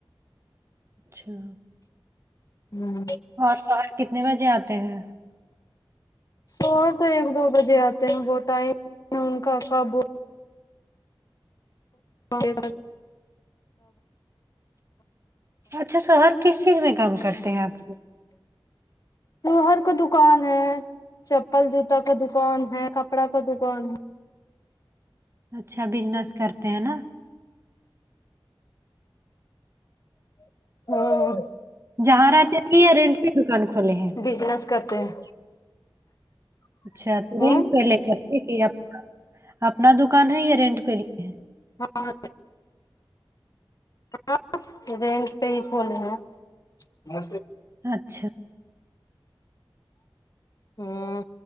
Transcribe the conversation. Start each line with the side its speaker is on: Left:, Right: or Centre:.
Right: اچھا
Left: ہوں
Right: اور شو ہر کتنے بجے آتے ہیں
Left: شو ہر تو ایک دو بجے آتے ہیں وہ ٹائم ان کا کاب تے
Right: اچھا تو شوہر کس چیز میں کام کرتے ہیں آپ کے
Left: شوہر کا دکان ہے چپل جوتا کا دکان ہے کپڑا کا دکان ہے
Right: اچھا بزنس کرتے ہیں نا
Left: ہاں
Right: جہاں رہ آتے تھی رینٹ پ دکان کھولے ہیں
Left: بزنس کرتے ہیں
Right: اچھا تو
Left: ہوں
Right: رینٹ پہ لے کر ٹھیک ہے اب اپنا دکان ہے یا رینٹ پہ لیے ہے
Left: ہاں ہاں رینٹ پہ ہی کھولے ہیں وہ
Right: ہیں اچھا
Left: ہ ہاں